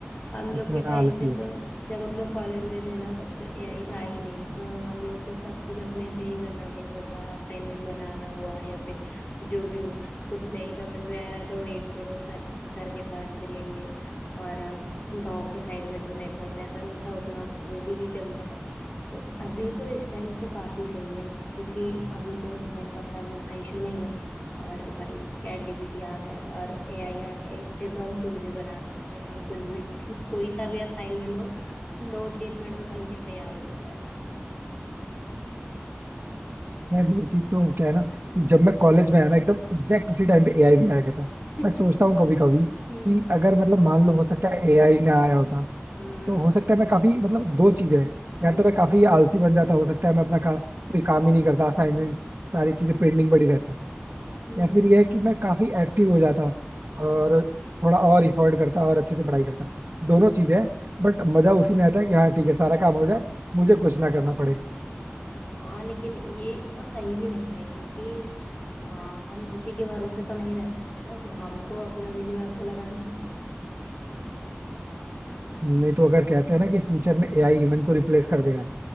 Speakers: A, on the left; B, on the right.
A: हम लोग
B: इतना
A: के टाइम
B: आलसी
A: पे
B: हो
A: तो
B: चुका
A: जब हम लोग कॉलेज में थे ना तब तो एआई था ही नहीं तो हम लोग को सब कुछ अपने से ही करना पड़ता था असाइनमेंट बनाना हुआ या फिर जो भी हुआ कुछ नहीं समझ में आ रहा है तो वेट करो सर सर के पास चलेंगे और गांव के साइड में तो नेटवर्क रहता नहीं था उतना वो भी नहीं चलता था तो अभी तो इस टाइम तो काफी सही है क्योंकि अभी तो नेटवर्क का भी उतना इशू नहीं है और भाई चैट जीपीटी आ गया है और एआई आ गया है। इससे तो हम कुछ भी बना सकते हैं और कुछ भी <laughs> कोई सा भी असाइनमेंट हो दो तीन मिनट में बन के तैयार हो जाता है
B: है ये चीज तो क्या है ना कि जब मैं कॉलेज में आया ना एकदम एग्जैक्ट उसी टाइम पे एआई भी आया गया था
A: <laughs>
B: मैं सोचता हूँ कभी कभी
A: हम्म
B: कि अगर मतलब मान लो हो सकता है एआई ना आया होता
A: हम्म
B: तो हो सकता है मैं काफी मतलब दो चीजें हैं या
A: हाँ
B: तो मैं काफी आलसी बन जाता हो सकता है मैं अपना का, कोई काम ही नहीं करता असाइनमेंट सारी चीजें पेंडिंग पड़ी रहती
A: हम्म
B: या फिर यह है कि मैं काफी एक्टिव हो जाता और थोड़ा और इफर्ट करता और अच्छे से पढ़ाई करता दोनों चीजें हैं बट मजा उसी में आता है कि हाँ ठीक है सारा काम हो जाए मुझे कुछ ना करना पड़े
A: हाँ लेकिन ये इतना सही भी नहीं है क्योंकि हाँ हम उसी के भरोसे तो नहीं रह सकते ना हमको अपना भी दिमाग तो लगाना है
B: नहीं तो अगर कहते हैं ना कि फ्यूचर में एआई ह्यूमन को रिप्लेस कर देगा